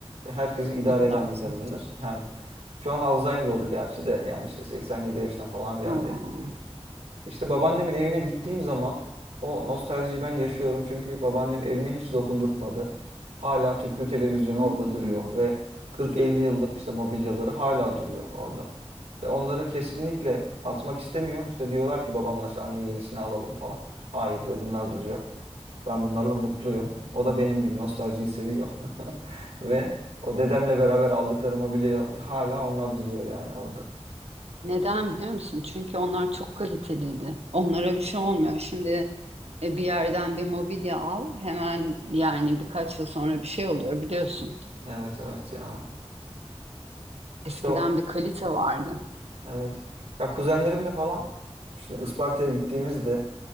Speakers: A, on the right (about 85°); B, on the right (about 70°).
A: Ve herkesi idare
B: Ne kadar
A: eden
B: güzel.
A: bir kadındır. Yani şu an Alzheimer oldu gerçi de. Yani işte 87 yaşına falan geldi.
B: Aa.
A: İşte babaannemin evine gittiğim zaman o nostaljiyi ben yaşıyorum. Çünkü babaannem evine hiç dokundurtmadı. Hala tüplü televizyonu
B: Hmm.
A: orada duruyor ve 40-50 yıllık işte mobilyaları hala duruyor orada. Ve onları kesinlikle atmak istemiyor. İşte diyorlar ki babamlar işte anne yenisini alalım falan. Hayır diyor bunlar duracak. Ben bunlarla mutluyum. O da benim gibi nostaljiyi seviyor. <laughs> Ve o dedemle beraber aldıkları mobilya hala onlar duruyor yani orada.
B: Neden biliyor musun? Çünkü onlar çok kaliteliydi. Onlara bir şey olmuyor. Şimdi e, bir yerden bir mobilya al hemen yani birkaç yıl sonra bir şey oluyor biliyorsun.
A: Evet evet ya.
B: Eskiden
A: İşte o
B: bir kalite vardı.
A: Evet. Ya kuzenlerimle falan işte Isparta'ya gittiğimizde